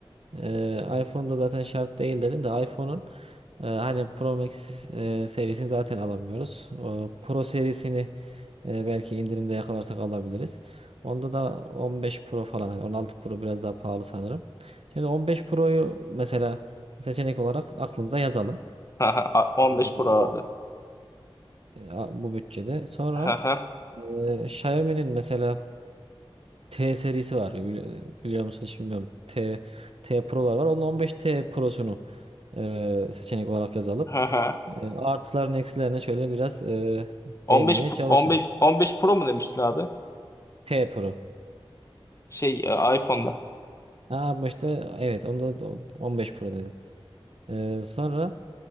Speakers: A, on the right (about 90°); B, on the left (about 35°).
A: Ee, iPhone'da zaten şart değil dedim de iPhone'un e, hani Pro Max e, serisini zaten alamıyoruz. O Pro serisini e, belki indirimde yakalarsak alabiliriz. Onda da 15 Pro falan hani 16 Pro biraz daha pahalı sanırım. Şimdi 15 Pro'yu mesela seçenek olarak aklımıza yazalım.
B: Haha, 15
A: Ee, O
B: Pro abi.
A: e, a- bu bütçede. Sonra
B: Haha,
A: e, Xiaomi'nin mesela T serisi var. Bili- Biliyor musun hiç bilmiyorum. T, T Pro'lar var. Onun 15T Pro'sunu e, seçenek olarak yazalım.
B: haha.
A: E, artılarını eksilerine şöyle biraz e,
B: 15
A: değinmeye
B: P-
A: çalışalım.
B: 15 15 Pro mu demiştin abi?
A: T Pro.
B: Şey e, iPhone'da.
A: Ha, ama işte evet onda da 15 Pro dedim. E, sonra